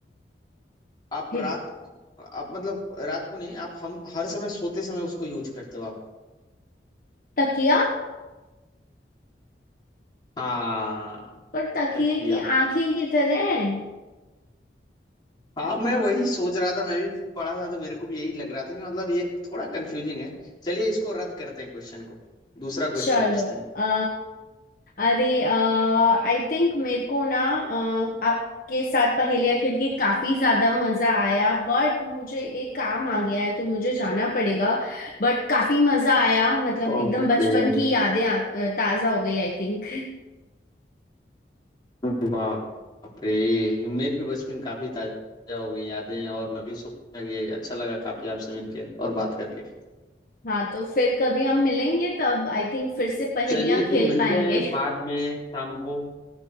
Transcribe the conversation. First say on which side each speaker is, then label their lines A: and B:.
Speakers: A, on the left; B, on the left.
A: आप
B: हिंट
A: रात को आप मतलब रात को नहीं आप हम हर समय सोते समय उसको यूज करते हो आप
B: तकिया
A: हाँ
B: पर तकिए
A: तकिया
B: की आंखें की तरह हैं
A: हाँ मैं वही सोच रहा था मैं भी पढ़ा था तो मेरे को भी यही लग रहा था कि मतलब ये थोड़ा कंफ्यूजिंग है चलिए इसको रद्द करते हैं क्वेश्चन को दूसरा
B: चलो
A: क्वेश्चन पूछते हैं
B: आ, अरे आई थिंक मेरे को ना अ, आपके साथ पहेलियाँ खेल के काफी ज्यादा मजा आया बट मुझे एक काम आ गया है तो मुझे जाना पड़ेगा बट काफी मजा आया मतलब
A: ओके
B: एकदम बचपन की यादें आ- अ, ताजा हो गई आई थिंक <laughs>
A: बाप रे मेरे भी बचपन काफी ताजा हो गई यादें और मैं भी सोचा कि अच्छा लगा काफी आपसे मिलके और बात करके
B: हाँ तो फिर कभी हम मिलेंगे तब आई थिंक फिर से पहेलियाँ
A: चलिए फिर
B: खेल
A: मिलते
B: पाएंगे
A: हैं बाद
B: <laughs>
A: में शाम को